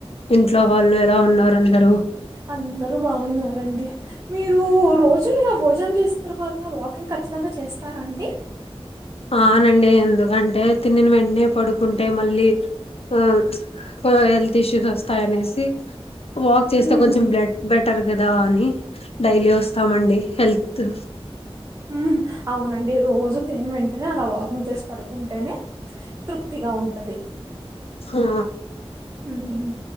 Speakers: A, on the left; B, on the right.
A: ఇంట్లో వాళ్ళు ఎలా ఉన్నారు అందరు
B: అందరూ బావున్నారండి మీరు రోజు ఇలా భోజనం చేసిన తర్వాత వాకింగ్ ఖచ్చితంగా చేస్తారా అండి
A: ఆనండి ఎందుకంటే తినిన వెంటనే పడు కుంటే మళ్ళీ ఆ ఆ హెల్త్ ఇష్యూస్ వస్తాయనేసి తియ్ వాక్ చేస్తే
B: ఉమ్
A: కొంచెం బెట్ బెట్ అంటర్ గదా అని డైలీ వస్తామండి హెల్తూ
B: ఉమ్ హ్ అవునండి రోజు తిన్ వెంటనే అలా వాకింగ్ చేస్ పడుకుంటేనే తృప్తిగా ఉంటది.
A: ఆ
B: ఉమ్